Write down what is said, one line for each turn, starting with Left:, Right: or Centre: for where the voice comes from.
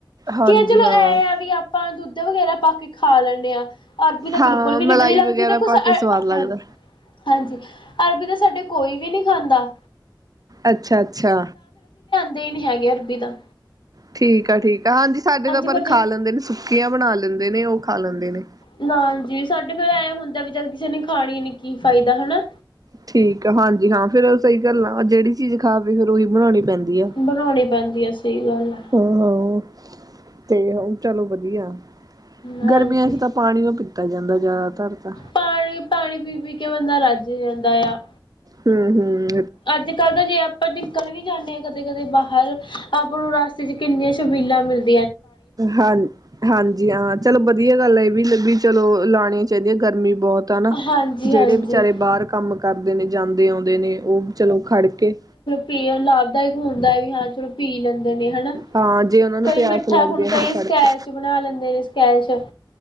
Right: ਹਾਂਜੀ
Left: ਕੀ ਚਲੋ
Right: ਹਾਂ।
Left: ਐ ਆ ਵੀ ਆਪਾਂ ਦੁੱਧ ਵਗੈਰਾ ਪਾ ਕੇ ਖਾ ਲੈਣੇ ਆਂ। ਅਰਬੀ ਤਾਂ
Right: ਹਾਂ
Left: ਬਿਲਕੁਲ ਵੀ
Right: ਮਲਾਈ
Left: ਨੀ ਵਧੀਆ ਲੱਗਦੀ
Right: ਵਗੈਰਾ
Left: ਦੇ ਕੁਛ
Right: ਪਾ ਕੇ
Left: ਹ
Right: ਸਵਾਦ ਲੱਗਦਾ।
Left: ਹਾਂਜੀ ਅਰਬੀ ਤਾਂ ਸਾਡੇ ਕੋਈ ਵੀ ਨਹੀਂ ਖਾਂਦਾ।
Right: ਅੱਛਾ, ਅੱਛਾ।
Left: ਦੇ ਹੀ ਨਹੀਂ ਹੈਗੇ ਅਰਬੀ ਤਾਂ।
Right: ਠੀਕ ਆ, ਠੀਕ ਆ ਹਾਂਜੀ ਸਾਡੇ ਤਾਂ
Left: ਫਿਰ
Right: ਪਰ
Left: ਜ
Right: ਖਾ ਲੈਂਦੇ ਨੇ ਸੁੱਕੀਆਂ ਬਣਾ ਲੈਂਦੇ ਨੇ ਉਹ ਖਾ ਲੈਂਦੇ ਨੇ।
Left: ਨਾ ਜੀ ਸਾਡੇ ਫਿਰ ਐਂ ਹੁੰਦਾ ਵੀ ਜਦ ਕਿਸੇ ਨੇ ਖਾਣੀ ਈ ਨੀ ਕੀ ਫਾਇਦਾ ਹਨਾ।
Right: ਠੀਕ ਆ ਹਾਂਜੀ ਹਾਂ ਫੇਰ ਸਹੀ ਗੱਲ ਆ ਜਿਹੜੀ ਚੀਜ਼ ਖਾਵੇ ਫਿਰ ਉਹੀ ਬਣਾਉਣੀ ਪੈਂਦੀ ਆ
Left: ਬਣਾਉਣੀ ਪੈਂਦੀ ਆ ਸਹੀ ਗੱਲ ਆ
Right: ਹੂੰ, ਹੂੰ ਤੇ ਹੁਣ ਚਲੋ ਵਧੀਆ।
Left: ਹਾਂਜੀ।
Right: ਗਰਮੀਆਂ ਚ ਤਾਂ ਪਾਣੀ ਓ ਪੀਤਾ ਜਾਂਦਾ ਜ਼ਿਆਦਾਤਰ ਤਾਂ।
Left: ਪਾਣੀ- ਪਾਣੀ ਪੀ-ਪੀ ਕੇ ਬੰਦਾ ਰੱਜ ਜਾਂਦਾ ਆ।
Right: ਹੂੰ, ਹੂੰ।
Left: ਅੱਜ- ਕੱਲ੍ਹ ਤਾਂ ਜੇ ਆਪਾਂ ਨਿਕਲ ਵੀ ਜਾਂਦੇ ਹਾਂ ਕਦੇ- ਕਦੇ ਬਾਹ ਹਰ ਆਪਾਂ ਨੂੰ ਰਸਤੇ ਚ ਕਿੰਨੀਆਂ ਸ਼ਬੀਲਾਂ ਮਿਲਦੀ
Right: ਹਾਂ ਹਾਂਜੀ ਹਾਂ, ਚਲੋ ਵਧੀਆ ਗੱਲ ਏ। ਵੀ ਲੱਗੀ ਚਲੋ ਲਾਣੀਆਂ ਚਾਹੀਦੀਆਂ ਗਰਮੀ ਬਹੁਤ ਆ ਨਾ,
Left: ਹਾਂਜੀ
Right: ਜਿਹੜੇ
Left: ਹਾਂਜੀ।
Right: ਵਿਚਾਰੇ ਬਾਹਰ ਕੰਮ ਕਰਦੇ ਨੇ। ਜਾਂਦੇ ਆਉਂਦੇ ਨੇ ਉਹ ਚਲੋ ਖੜ ਕੇ
Left: ਪੀਣਾ ਲਾਭਦਾਇਕ ਹੁੰਦਾ ਹੈ ਵੀ ਹਾਂ ਚਲੋ ਪੀ ਲੈਂਦੇ ਨੇ ਹਨਾ।
Right: ਹਾਂ ਜੇ ਉਹਨਾਂ ਨੂੰ
Left: ਕਈ
Right: ਪਿਆਸ
Left: ਮਿੱਠਾ
Right: ਲੱਗਦੀ
Left: ਹੁਣ
Right: ਹੈ
Left: ਕਈ
Right: ਫਿਰ ਫੜ
Left: ਸਕੈਚ
Right: ਕੇ
Left: ਬਣਾ ਲੈਂਦੇ ਨੇ ਸਕੈਸ਼